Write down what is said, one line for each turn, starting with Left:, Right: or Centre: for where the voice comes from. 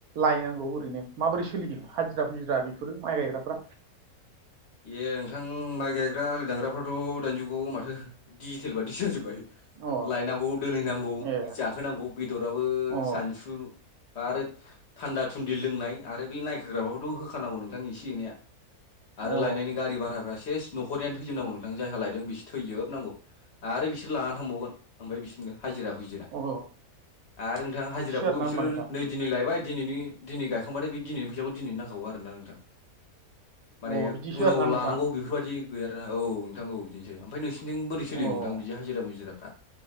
Right: लायनांगौ ओरैनो माबोरै सोलियो हाजिरा फुजिरा बेफोरो माइ गायग्राफ्रा
Left: ए नोंथां माइ गायग्रा आलि दांग्राफ्राथ' दाइनिजुगाव माथो डिजिटेल बादिसो जाजोब्बाय
Right: अ
Left: लायनांगौ दोनहैनांगौ
Right: ए
Left: जा होनांगौ बेदराबो
Right: अ
Left: सानसु आरो थान्दा थुन्दि लोंनाय आरो बे नायखोग्रााबखौथ' होखानांगौ नोंथां एसे एनैया आरो
Right: अ
Left: लायनायनि गारि भाराफ्रा सेस न'खरनिानो थैजोबनांगौ नोंथां जायहा लायदों बिसोर थैजोबनांगौ आरो बिसोर लानानै थांबावगोन ओमफ्राय बिसोरनो हाजिरा हुजि
Right: अ
Left: आरो नोंथां हाजिराखौबो
Right: बिदिसो आरोना
Left: बिसोरो
Right: होमबा नोंथां
Left: नै दिनै लायबाय दिनैनि दिनै गायखांबाथाय बे दिनैनि फैसाखौ दिनैनो नांगौ आरोना नोंथां माने
Right: अ बिदिसो
Left: उनाव
Right: आरोना
Left: लानांगौ
Right: नोंथां
Left: बेफोर बायदि गैया आरो ना औ नोंथां औ बिदिनोसै ओमफ्राय नोंसिनिथिं बोरै सोलियो
Right: अ
Left: नोंथां बिदि हाजिरा मुजिराफ्रा